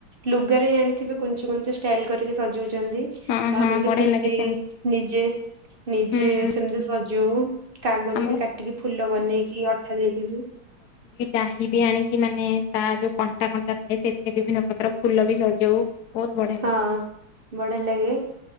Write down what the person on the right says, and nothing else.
ଲୁଗାରେ ଜାଣିଥିବେ କୁଞ୍ଚି କୁଞ୍ଚୀ ଷ୍ଟାଇଲି କରି ସଜେ ସଜଉଛନ୍ତି ତ
ଆମେ ବି
ସେମିତି
ନିଜେ ନିଜେ
ସେମିତି ସ ଯୋଉ କାଗଜ
ବି କାଟିକି ଫୁଲ ବନେଇକି ଅଠା ଦେଇକି
ହଁ
ବଢିଆ ଲାଗେ।